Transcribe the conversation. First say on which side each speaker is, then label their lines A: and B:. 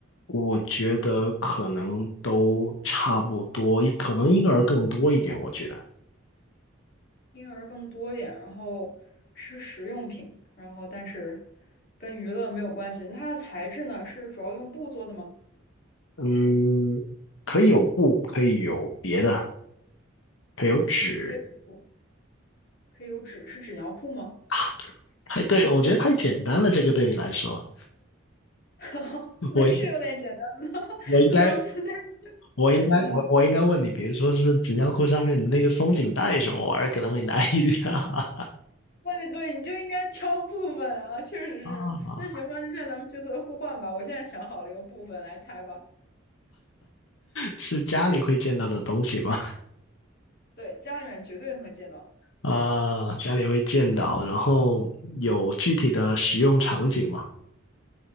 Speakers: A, on the left; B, on the left.
A: 我觉得可能都差不多，可能婴儿更多一点，我觉得，
B: 婴儿更多一点，然后是食用品，然后但是跟娱乐没有关系。那它的材质呢，是主要用布做的吗？
A: 嗯，可以有布，可以有别的，可以有纸
B: 可以有布，可以有纸，是纸尿裤吗？
A: 啊，太对了，我觉得太简单了，这个对你来说，
B: <laughs> 那是有点简单的。
A: 我应
B: <laughs>
A: 我应该
B: 那咱们现在，
A: 我应该我我应该问你，
B: 嗯，
A: 比如说是纸尿裤上面的那个松紧带什么玩意儿，可能会难一点啊。
B: 对对，你就应该挑部分啊，确实是。
A: <laughs> 啊，
B: 那行吧，那现在咱们角色互换吧。我现在想好了一个部分来猜吧。
A: 是家里会见到的东西吗？
B: 对，家里面绝对会见到。
A: 啊，家里会见到，然后有具体的使用场景吗？